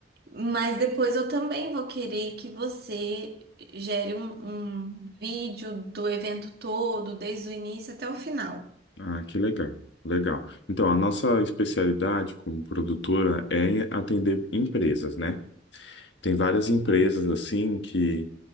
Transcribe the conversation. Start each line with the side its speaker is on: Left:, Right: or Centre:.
Right: mas depois eu também vou querer que você gere um, um vídeo do evento todo, desde o início até o final.
Left: Ah, que legal, legal. Então, a nossa especialidade como produtora é atender empresas, né? Tem várias empresas assim que